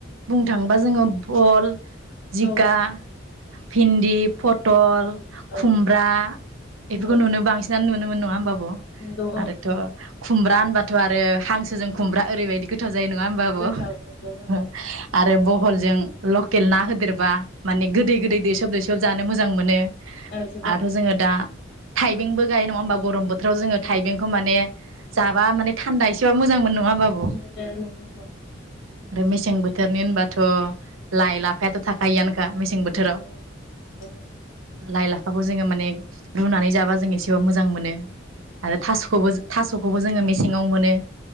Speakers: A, on the right; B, on the left.
A: बुंनो थाङोबा जोङो बल जिका
B: औ
A: भिन्दि पट टल
B: औ
A: खुमब्रा इफोरखौ
B: औ
A: नुनो बांसिनानो नुनो मोन नङा होमबा ब
B: नंगौ
A: आरोथ'
B: औ
A: खुमब्रा होनबाथ आरो हांसोजों खुम्रा रैबायदि गोथाव जायो नङा होमबा आब
B: गोथाव नंगौ औ
A: आरो बहलजों लकेल ना होदेरबा माने गोदै गोदै दैसोब दैसोब जानो मोजां मोजां मोनो
B: ओ जोबोत
A: आरोथ' जोङो दा थाइबेंबो गायो नङाहीमबा गरम बोथोराव जोङो थाइबेंखौ
B: औ
A: माने जाबा माने थानदा एसे बाबो मोजां मोनो नङा होमबा आब'
B: ओ नंगौ
A: मेसें बोथोरनि होनबाथ लाइ लाफायाथ थाखायोआनो मेसें बोथोराव
B: नंगौ
A: लाइ लाफा हाखौ जोङो माने रुनानै जाबा जों एसेबा मोजां मोनो आरो थासखौबो थासखौबो जोङो मेसेङाव मोनो